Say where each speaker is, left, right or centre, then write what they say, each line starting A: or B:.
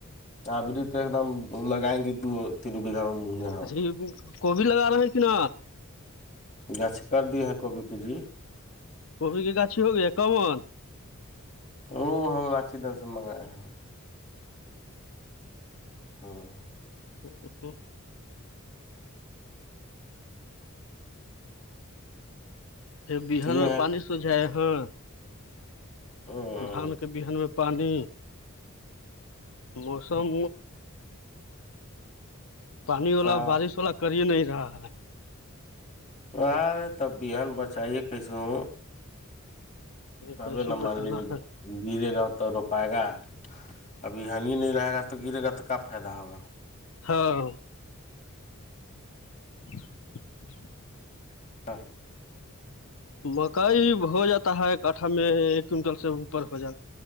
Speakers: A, on the left; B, on the left.
A: اب بھی تو ایک دم لگائیں گی دو تین بیگھا مگے
B: اچھی کوبھی لگا رہا ہے نا
A: گاچ کر دی ہے کوبھی کے جی
B: کوبھی کی گاچھی ہوگیا کمن
A: وہ ہم راچی دن سے منگائے ہیں ہاں
B: ا ا بہان
A: کیے
B: میں
A: ہیں
B: پانی سو جائے ہا
A: ہوں
B: دھان کے بہن میں پانی موسم پانی والا
A: کا
B: بارش والا کرے نہیں رہا ہے
A: آرے تب بھی ہےان بچائیے کیسے ہوں تبے
B: کیسے
A: نمل
B: بچانا ہے
A: گرے گا تو رو پائے گا ابھی ہنی نہیں رہے گا تو گرے گا تو کب فائدہ ہوگا
B: ہاں <inaudible>
A: ہاں
B: مکئی ہو جاتا ہے کٹھا میں ایک کنٹل سے اوپر ہو جات